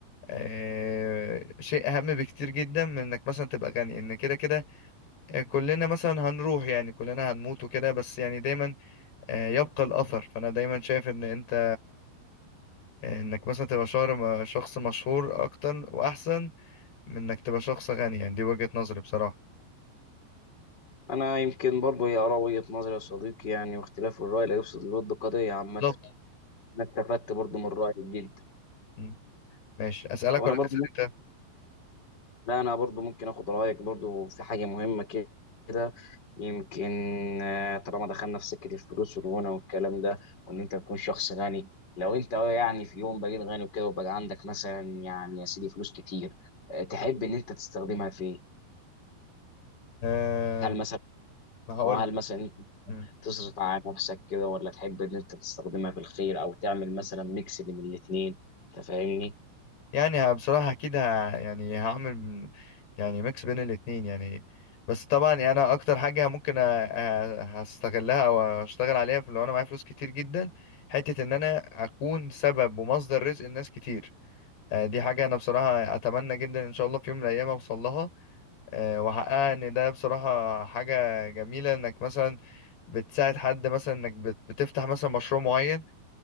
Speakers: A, on the left (about 65°); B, on the left (about 25°).
A: آه شيء اهم بكتير جدا من انك مثلا تبقى غني ان كده كده آه، كلنا مثلا هنروح يعني كلنا هنموت وكده بس يعني دايما آه يبقى الاثر فانا دايما شايف ان انت آه، انك مثلا تبقى شهر شخص مشهور اكتر واحسن من انك تبقى شخص غني يعني دي وجهة نظري بصراحه
B: انا يمكن برضو هي اراء وجهة نظري يا صديقي يعني واختلاف الراي لا يفسد للود قضيه عامه
A: بالظبط
B: انا استفدت برضو من رايك جدا
A: بالظبط ماشي اسالك
B: طب انا
A: ولا
B: برضو
A: تسال
B: ممكن
A: انت
B: لا انا برضو ممكن اخد رايك برضو في حاجه مهمه كده يمكن آه، طالما دخلنا في سكه الفلوس والغنى والكلام ده وان انت تكون شخص غني لو انت يعني في يوم بقيت غني وكده وبقى عندك مثلا يعني يا سيدي فلوس كتير آه، تحب ان انت تستخدمها في إيه؟
A: أه
B: هل مثلا
A: هقول
B: اه
A: لك
B: هل مثلا انت
A: مم.
B: تصرف على نفسك كده ولا تحب ان انت تستخدمها في الخير او تعمل مثلا ميكس بين الاثنين انت فاهمني
A: يعني بصراحه اكيد ه... يعني هعمل من- يعني ميكس بين الاتنين يعني بس طبعا يعني انا اكتر حاجه ممكن أ... أ- هستغلها او اشتغل عليها في لو انا معايا فلوس كتير جدا حته ان انا اكون سبب ومصدر رزق لناس كتير آه، دي حاجه انا بصراحه اتمنى جدا ان شاء الله في يوم من الايام اوصل لها آه، واحققها ان ده بصراحه حاجه جميله انك مثلا بتساعد حد مثلا انك بت- بتفتح مثلا مشروع معين